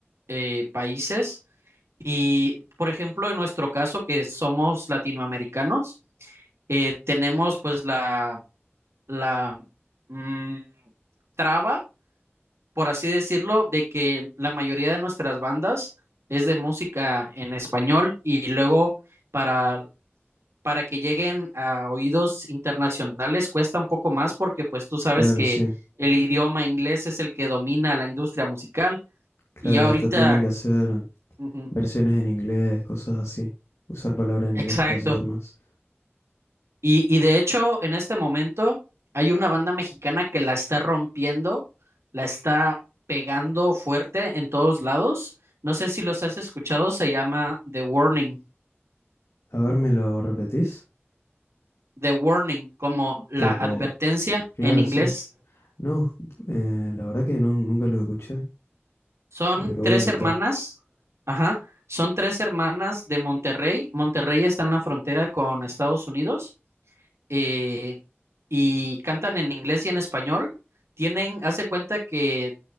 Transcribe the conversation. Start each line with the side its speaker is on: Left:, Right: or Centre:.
Right: eh, países Y, por ejemplo, en nuestro caso, que somos latinoamericanos, eh, tenemos pues la, la mm, traba, por así decirlo, de que la mayoría de nuestras bandas es de música en español y luego para, para que lleguen a oídos internacionales cuesta un poco más porque pues tú sabes
Left: claro,
Right: que
Left: sí.
Right: el idioma inglés es el que domina la industria musical
Left: Claro,
Right: y ya
Left: hasta
Right: ahorita,
Left: tienen que hacer
Right: ujú,
Left: versiones en inglés, cosas así. Usar palabras en
Right: exacto.
Left: inglés para llevar más.
Right: Y, y de hecho, en este momento hay una banda mexicana que la está rompiendo, la está pegando fuerte en todos lados. No sé si los has escuchado, se llama The Warning.
Left: A ver, ¿me lo repetís?
Right: The Warning, como la
Left: Tipo,
Right: advertencia
Left: claro,
Right: en inglés.
Left: sí. No, eh, la verdad que no, nunca lo escuché.
Right: Son
Left: Me lo
Right: tres
Left: voy a anotar.
Right: hermanas, ajá, son tres hermanas de Monterrey. Monterrey está en la frontera con Estados Unidos eh, y cantan en inglés y en español. Tienen, haz de cuenta que